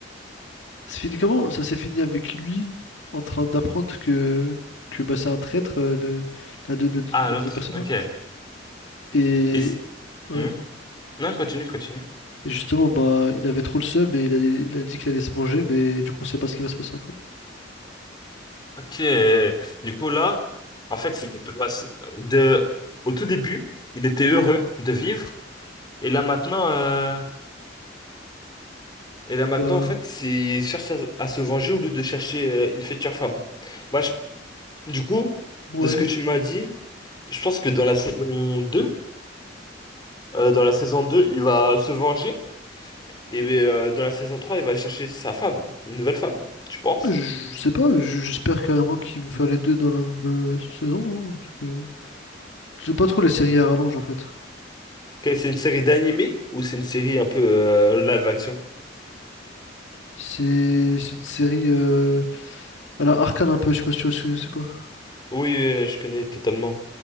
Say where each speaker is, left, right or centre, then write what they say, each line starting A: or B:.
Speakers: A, on the left; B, on the left.
A: C'est fini comment? Ça s'est fini avec lui en train d'apprendre que, que bah, c'est un traître, euh, le, la, deux- le-
B: Ah,
A: la
B: l'autre,
A: deuxième personne
B: ok.
A: là.
B: Et
A: Et
B: c-
A: ouais,
B: hmm Non, continue, continue.
A: Et justement, bah il avait trop le seum et il allait- il a dit qu'il allait se manger, mais du coup on sait pas ce qui va se passer après.
B: Ok. Du coup, là, en fait, il peut passer de, au tout début, il était heureux de vivre. Et là, maintenant, euh, et là, maintenant,
A: Bah,
B: en fait, c'est- il cherche à, à se venger au lieu de chercher euh, une future femme. Bah, je- du coup,
A: ouais.
B: de ce que tu m'as dit, Je pense que dans la saison deux, euh, dans la saison 2, il va se venger. Et euh, dans la saison 3, il va chercher sa femme, une nouvelle femme. Tu penses?
A: Je sais pas, j- j'espère carrément qu'ils vont faire les deux dans la même euh, saison. hein, parce que j'aime pas trop les séries
B: Mhm.
A: à rallonge en fait.
B: Que C'est une série d'animé ou c'est une série un peu euh, live action?
A: C'est c'est une série euh, à la Arcane un peu, je sais pas si tu vois ce que c'est quoi.
B: Oui, oui, oui, je connais totalement.